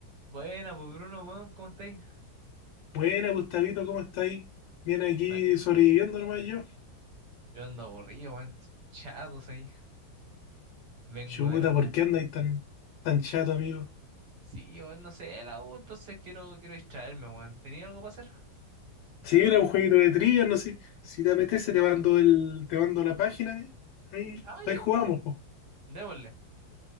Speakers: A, on the right; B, on the left.
A: Buena, pues Bruno, weón, ¿cómo estáis?
B: Buena, Gustavito, ¿cómo estáis? Bien aquí
A: Ay,
B: sobreviviendo nomás yo.
A: Yo ando aburrido, weón, chatos ahí. Vengo
B: Chuta,
A: de la
B: ¿por
A: U.
B: qué andáis tan, tan chato, amigo?
A: Sí, weón, no sé, de la U, entonces quiero, quiero distraerme, weón. ¿Tenía algo para hacer?
B: Si mira un jueguito de trivia, no sé. Si te apetece, te mando el, te mando la página. y Ahí,
A: Ah,
B: ahí
A: ya,
B: jugamos,
A: pues.
B: po.
A: Démosle,